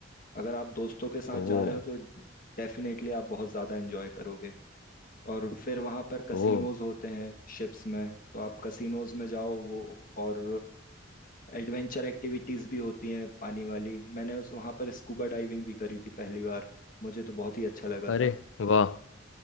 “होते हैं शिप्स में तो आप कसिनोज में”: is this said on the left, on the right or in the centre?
Left